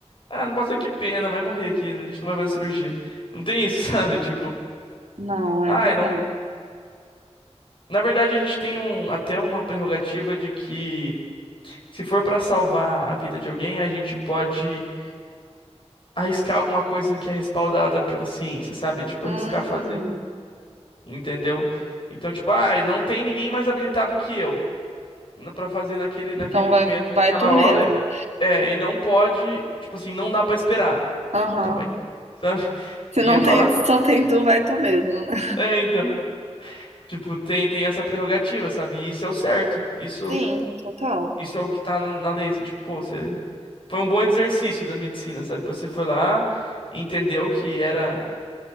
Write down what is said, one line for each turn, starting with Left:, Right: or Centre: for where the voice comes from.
Left: Ah, não posso fazer, que pena, vai morrer aqui, a gente não vai fazer cirurgia. Não tem isso, <laughs> sabe? Tipo,
Right: Não,
Left: ah,
Right: é verdade.
Left: não. Na verdade a gente tem um, até uma prerrogativa de que se for pra salvar a vida de alguém, a gente pode arriscar alguma coisa que é respaldada pela ciência, sabe? Tipo,
Right: Hum,
Left: arriscar fazer, entendeu? Então, tipo, ah, não tem ninguém mais habilitado que eu na- Pra fazer naquele, naquele
Right: então
Left: momento,
Right: vai, vai
Left: naquela
Right: tu
Left: hora,
Right: mesmo.
Left: é, e não pode, tipo assim, não dá pra esperar.
Right: Aham.
Left: Então vai, tu, <laughs> sabe?
Right: Se
Left: E
Right: não
Left: eu falar,
Right: tem, se só tem tu, vai tu mesmo, né?
Left: é, então, tipo, tem, tem essa prerrogativa, sabe? E isso é o certo. Isso,
Right: Sim, total.
Left: isso é o que tá na, na lei, assim, tipo, pô, você foi um bom exercício da medicina, sabe? Você foi lá, entendeu que era